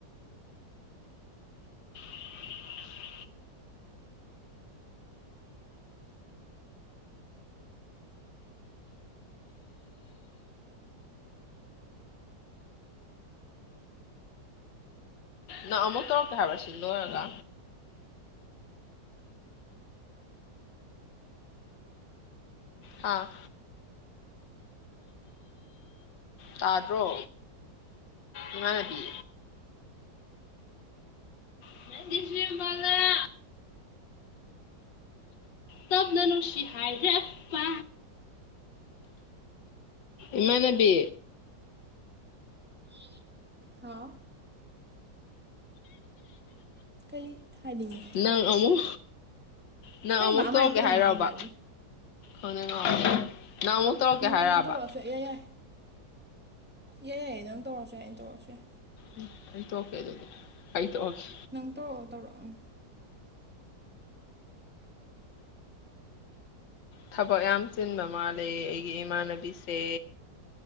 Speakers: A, on the left (about 85°); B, in the centre.
A: <inaudible> ꯅꯪ ꯑꯃꯨꯛ ꯇꯧꯔꯛꯀꯦ ꯍꯥꯏꯕ꯭ꯔꯥ ꯁꯤ ꯂꯣꯏꯔꯒ ꯑꯥ ꯇꯥꯗ꯭ꯔꯣ ꯏꯃꯥꯗꯤ <unintelligible> ꯇꯞꯅ ꯅꯨꯡꯁꯤ ꯍꯥꯏꯔꯛꯄ ꯏꯃꯥꯟꯅꯕꯤ
B: ꯍ ꯀꯩ ꯍꯥꯏꯅꯤꯡꯉꯤ
A: ꯅꯪ ꯑꯃꯃꯨ ꯅꯪ
B: ꯀꯩꯅꯣ
A: ꯑꯃꯨꯛ
B: ꯃꯥ ꯑꯃꯥꯏꯅ
A: ꯇꯧꯔꯒꯦ
B: ꯀꯨꯏꯂꯥꯡ
A: ꯍꯥꯏꯔꯕ
B: ꯂꯥꯡꯉꯤꯕ ꯍꯥꯏꯕꯨ
A: ꯈꯪꯅꯤꯡꯉ ꯅꯪ ꯑꯃꯨꯛ ꯇꯧꯔꯛꯀꯦ
B: ꯅꯪ
A: ꯍꯥꯏꯔꯛꯑꯕ
B: ꯇꯧꯔꯛꯑꯁꯨ ꯑꯩꯏ ꯌꯥꯏ ꯌꯥꯏ ꯌꯥꯏꯌꯦ ꯅꯪ ꯇꯧꯔꯁꯨ ꯌꯥꯏ ꯑꯩꯅ ꯇꯧꯔꯛꯑꯁꯨ ꯌꯥꯏ
A: ꯎꯝ ꯑ ꯑꯣꯀꯦ ꯑꯗꯨꯗ ꯑꯗꯨ ꯑ ꯑꯣꯀꯦ
B: ꯅꯪ ꯇꯧꯔꯛꯑꯣ ꯇꯧꯔꯛꯑꯣ
A: ꯊꯕꯛ ꯌꯥꯝ ꯆꯤꯟꯕ ꯃꯥꯂꯦ ꯑꯩꯒꯤ ꯏꯃꯥꯟꯅꯕꯤꯁꯦ